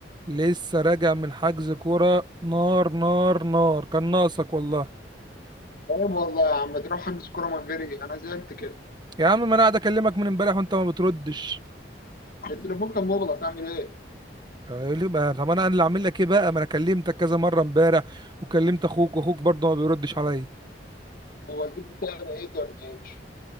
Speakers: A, on the right; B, on the left.
A: لسه راجع من حجز كورة نار نار نار كان ناقصك والله
B: عيب والله يا عم تروح حجز كوره من غيري انا زعلت كده
A: يا عم ما انا قاعد اكلمك من امبارح وانت ما بتردش
B: التليفون كان مغلق اعمل ايه
A: طب يقول لي بقى- طب انا اللي اعمل لك ايه بقى ما انا كلمتك كذا مرة امبارح وكلمت اخوك واخوك برضه ما بيردش عليا
B: هو الجيب بتاعي بعيد ولا ايه مش فاهم